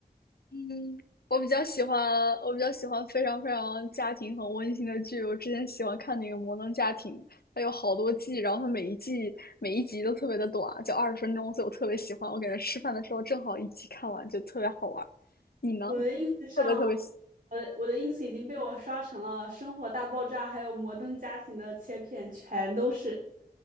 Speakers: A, on the left (about 75°); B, on the right (about 55°).
A: 嗯，我比较喜欢，我比较喜欢非常非常家庭很温馨的剧。我之前喜欢看那个《摩登家庭》，它有好多季，然后它每一季每一集都特别的短，就二十分钟，所以我特别喜欢。我感觉吃饭的时候正好一集看完，就特别好玩儿。你呢？
B: 我的 ins 上，
A: 特别特别喜，
B: 我的我的 ins 已经被我刷成了《生活大爆炸》还有《摩登家庭》的切片，全都是。